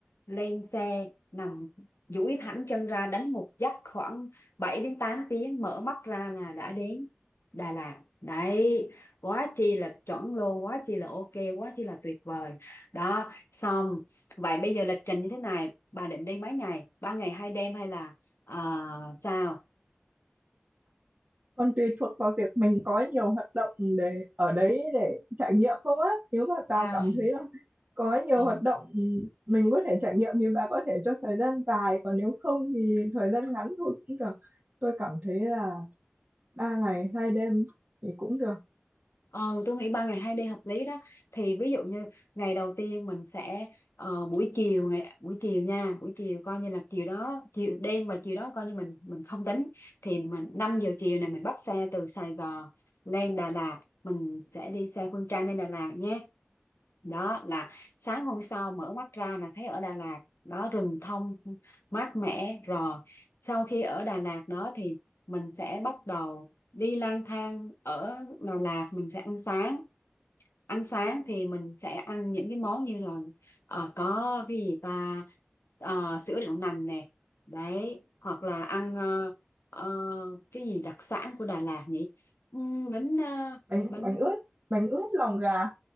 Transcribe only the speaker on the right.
còn tùy thuộc vào việc mình có nhiều hoạt động để ở đấy để trải nghiệm không á nếu mà bà
cảm thấy là có nhiều
hoạt động ừ, mình có thể trải nghiệm thì bà có thể cho thời gian dài còn nếu không thì thời gian ngắn thôi cũng được tôi cảm thấy là ba ngày hai đêm thì cũng được
bánh
bánh ướt bánh ướt lòng gà